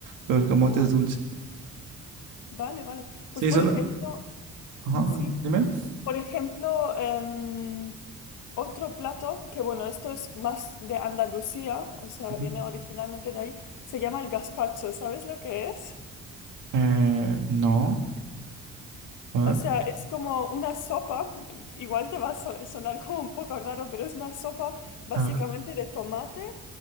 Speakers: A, on the right; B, on the left.
A: Pero el camote
B: Ah,
A: es dulce.
B: vale, vale.
A: Sí,
B: Pues por
A: solo.
B: ejemplo,
A: Ajá,
B: sí.
A: dime.
B: Por ejemplo, em, otro plato, que bueno, esto es más de Andalucía, o sea,
A: Ujú.
B: viene originalmente de ahí, se llama el gazpacho, ¿sabes lo que es?
A: Eh, no. A ver,
B: O sea, es como una sopa, igual te va a so- sonar como un poco raro, pero es una sopa básicamente
A: a ver.
B: de tomate